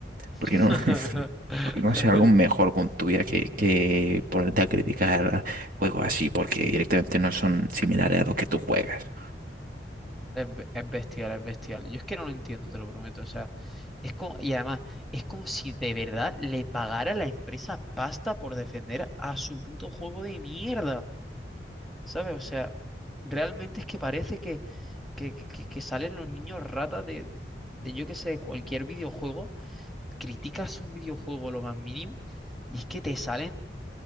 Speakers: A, in the centre; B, on the right.
A: <laughs>
B: ¿Por qué no, <laughs> por qué no hacer algo mejor con tu vida que, que ponerte a criticar juegos así? Porque directamente no son similares a los que tú juegas.
A: Es, be- es bestial, es bestial. Yo es que no lo entiendo, te lo prometo. O sea, es como, y además, es como si de verdad le pagara la empresa pasta por defender a su puto juego de mierda. ¿sabes? O sea, realmente es que parece que, que, que- que- que salen los niños ratas de, de, yo qué sé, cualquier videojuego, criticas un videojuego lo más mínimo y es que te salen